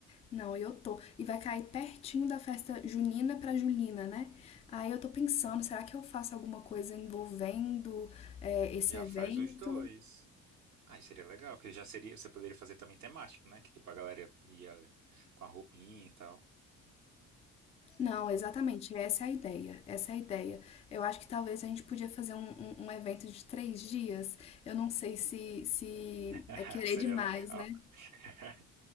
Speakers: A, on the left; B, on the right.
A: Não, eu tô. E vai cair pertinho da festa junina pra Julina, né? Aí eu tô pensando, será que eu faço alguma coisa
B: Uhum.
A: envolvendo é, esse
B: Já
A: evento?
B: faz os dois. Ah, e seria legal, porque já seria, você poderia fazer também temático, né? Que tipo, a galera ia com a roupinha e tal.
A: Não, exatamente, essa é a ideia. Essa é a ideia. Eu acho que talvez a gente podia fazer um, um- um evento de três dias. Eu não sei se, se
B: <laughs>
A: é querer
B: Seria
A: demais,
B: legal.
A: né?
B: <laughs>